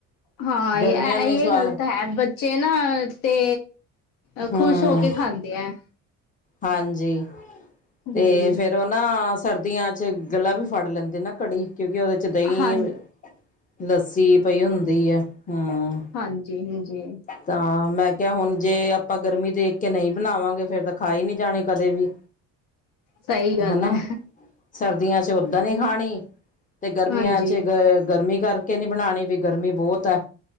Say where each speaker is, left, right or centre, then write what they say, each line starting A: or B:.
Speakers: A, on the left; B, on the left.
A: ਹਾਂ ਐ
B: ਗਰਮੀਆਂ
A: ਐਈਏ
B: ਨੂੰ ਹੀ ਸਵਾਦ
A: ਗੱਲ ਤਾਂ ਹੈ ਬੱਚੇ ਨਾ ਤੇ ਅ
B: ਹਮ
A: ਖੁਸ਼ ਹੋ ਕੇ ਖਾਂਦੇ ਐ।
B: ਹਾਂਜੀ ਤੇ
A: ਹਾਂਜੀ
B: ਫੇਰ ਫੇਰ ਓ ਨਾ ਸਰਦੀਆਂ ਚ ਗਲਾ ਵੀ ਫੜ ਲੈਂਦੇ ਨਾ ਕੜੀ ਕਿਓਂਕਿ ਓਦੇ ਚ ਦਈਂ
A: ਹਾਂ
B: ਲੱਸੀ ਪਈ ਹੁੰਦੀ ਐ, ਹੂੰ।
A: ਹਾਂਜੀ-ਹਾਂਜੀ।
B: ਤਾਂ ਮੈਂ ਕਿਆ ਹੁਨ ਜੇ ਆਪਾਂ ਗਰਮੀ ਦੇਖ ਕੇ ਨਈਂ ਬਨਾਵਾਂਗੇ ਫੇਰ ਤਾਂ ਖਾਈ ਨੀ ਜਾਨੀ ਕਦੇ ਵੀ।
A: ਸਈ ਗੱਲ
B: ਹਨਾ
A: ਐ।
B: ਸਰਦੀਆਂ ਚ ਓਦਾਂ ਨ ਖਾਨੀ, ਤੇ ਗਰਮੀਆਂ
A: ਹਾਂਜੀ
B: ਚ ਗ ਗਰਮੀ ਕਰ ਕੇ ਨੀ ਬਨਾਨੀ ਵੀ ਗਰਮੀ ਬੋਤ ਐ,